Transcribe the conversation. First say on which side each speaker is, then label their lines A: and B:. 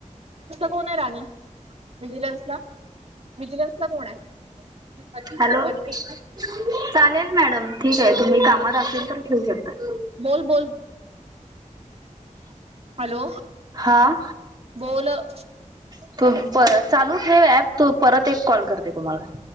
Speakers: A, on the right; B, on the right.
A: कोण आहे राणी विजलन्सला विजलन्सला कोण आहे
B: हॅलो
A: वरती
B: चालेल मॅडम ठीक हाय तुम्ही कामात आसल तर ठेऊ शकताय.
A: बोल बोल हॅलो
B: हा.
A: बोलं.
B: <unintelligible> चालू ठेव ऍप तू परत एक कॉल करते तुम्हाला.